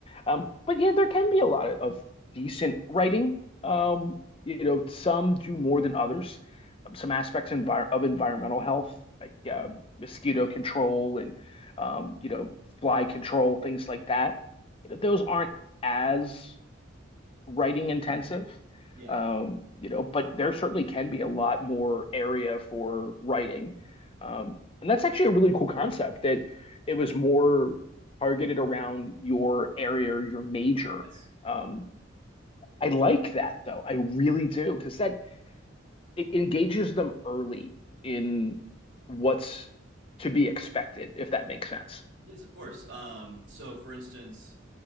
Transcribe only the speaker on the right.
yeah.
That's
yes, of course. Um, so for instance,